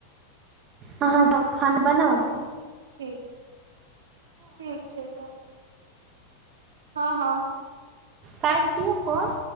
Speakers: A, on the right; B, on the right.
A: हाँ त खाना बनाउ
B: ठीक ठीक छै तऽ हँ हँ
A: कट दिऔ फोन